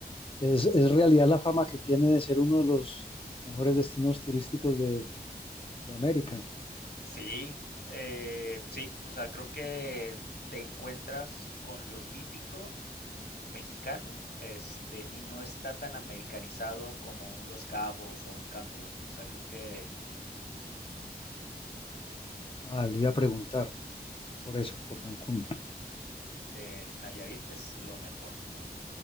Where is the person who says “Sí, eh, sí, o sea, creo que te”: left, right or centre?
Left